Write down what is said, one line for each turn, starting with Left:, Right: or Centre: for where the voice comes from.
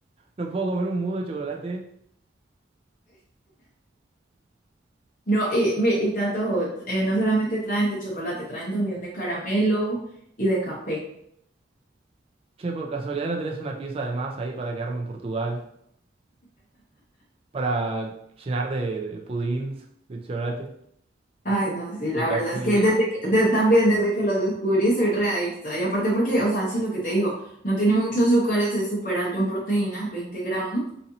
Right: no puedo comer un mudo de chocolate.
Left: No, y, me- y tanto, eh, no solamente traen de chocolate, traen también de caramelo y de café.
Right: Che, por casualidad no tenés una pieza de más ahí para quedarme en Portugal, para llenar de, de pudins, de chocolate,
Left: Ay, no, sí, la
Right: de café.
Left: verdad es que desde que, de- también desde que los descubrí soy re adicta. Y aparte porque, o sea, sí, lo que te digo, no tiene mucho azúcar, es súper alto en proteína, Veinte gramos.